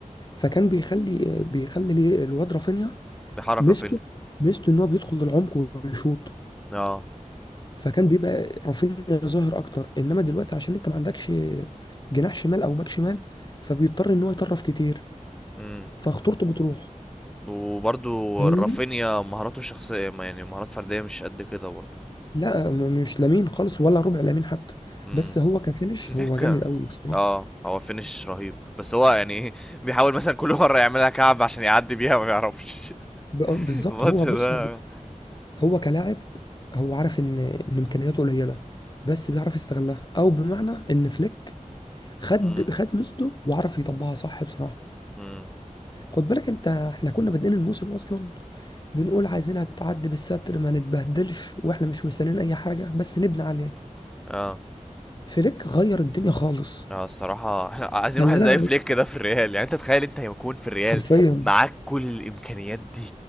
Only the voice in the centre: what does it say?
بيحرك
رافينيا
اه
امم
وبرضو
رافينيا مهاراته الشخصية ما يعني مهارات فردية مش قد كده برضو
امم
<laughs>
ك-
اه هو فينش رهيب بس هو يعني <laughs> ايه بيحاول مثلا كل مرة يعملها كعب عشان يعدي بيها ما بيعرفش
<laughs>
الماتش
ده
امم
امم
اه
اه الصراحة <laughs> عايزين
واحد زي فليك كده في الريال يعني انت تخيل انت يكون في الريال
معاك كل الامكانيات دي